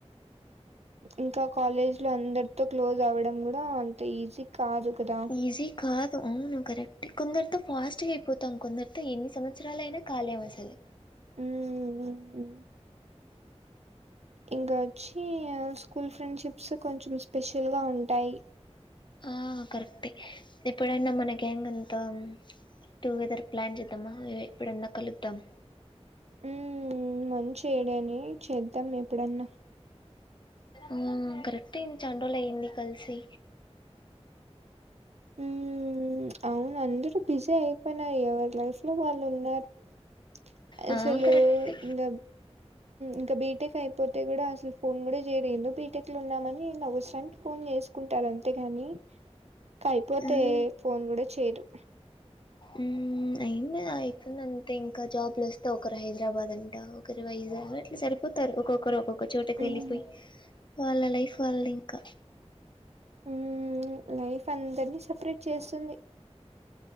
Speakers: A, on the right (about 70°); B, on the left (about 45°).
A: ఇంకా కాలేజ్ లో అందరితో క్లోజ్ అవ్వడం కూడా అంత ఈజీ కాదు కదా
B: ఈజీ కాదు అవును కరెక్ట్ కొందరితో ఫాస్ట్గా అయిపోతాం కొందరితో ఎన్ని సంవత్సరాల అయినా ఖాలేం అసలు
A: ఉమ్ హు ఇంకా వచ్చి స్కూల్ ఫ్రెండ్షిప్ సో కొంచెం స్పెషల్ గా ఉంటాయి
B: ఆ కరెక్టే ఎప్పుడైనా మన గ్యాంగ్అంతా టుగెదర్ ప్లాన్ చేద్దామా ఎప్పుడన్నా కలుద్దాం
A: ఉమ్ మంచి ఏడైనా చేద్దాం ఎప్పుడన్నా
B: ఆ కరెక్ట్ అయియంది చాన్ రోజులైంది కలిసి
A: ఉమ్ అవును అందరూ బిజీ అయిపోయినయి ఎవరు లైఫ్ లో వాళ్ళు ఉన్నారుసలు
B: ఆ, కరెక్టే
A: ఇంగ ఇకా బీట్ బీటెక్ అయిపోతే కూడా అసలు ఫోన్ కూడా చేయార్ బీటెక్ లో ఉన్నామని నావసరనికి ఫోన్ చేసుకుంటారు అంతేగాని ఇంకా అయిపోతే
B: ఉమ్,
A: ఫోన్ కూడా చేయరు
B: ఉమ్ అయింది అవుతుంది అంతే ఇంకా జాబ్లు వస్తే ఒకరు హైదరాబాద్ అంట ఒకరు వైజాగ్ ఇట్లా సరిపోతారు ఒక్కొక్కరు ఒక్కొక్క చోటకి
A: హ్మ్
B: వెళ్ళిపోయి వాళ్ళ లైఫ్ వాల్ళది ఇంకా
A: ఉ లైఫ్ అందరినీ సపరేట్ చేస్తుంది